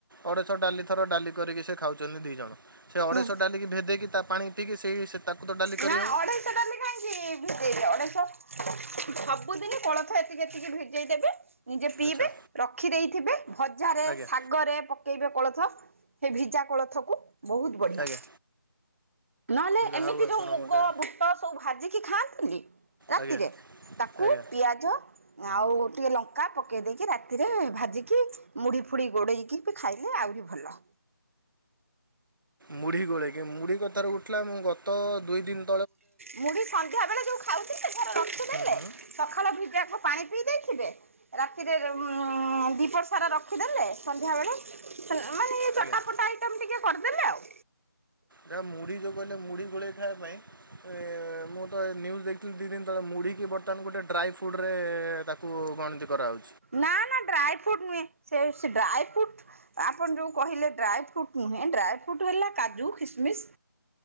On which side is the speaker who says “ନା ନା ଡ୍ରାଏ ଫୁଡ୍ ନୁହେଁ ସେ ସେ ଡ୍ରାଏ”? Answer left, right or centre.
Right